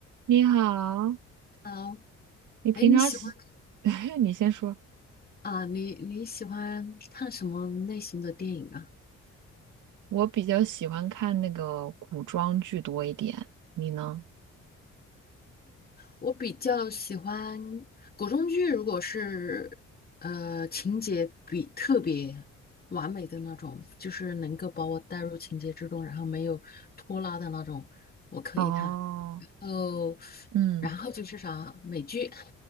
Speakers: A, on the right; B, on the left.
A: 你好，
B: 啊，
A: 你平常喜，
B: 哎，你喜欢
A: <laughs> 你先说。
B: 啊？你你喜欢看什么类型的电影啊？
A: 我比较喜欢看那个古装剧多一点，你呢？
B: 我比较喜欢古装剧，如果是呃情节比特别完美的那种，就是能够把我带入情节之中，然后没有拖拉的那种，我可以看。
A: 哦，
B: 哦，
A: 嗯，
B: 然后就是啥美剧，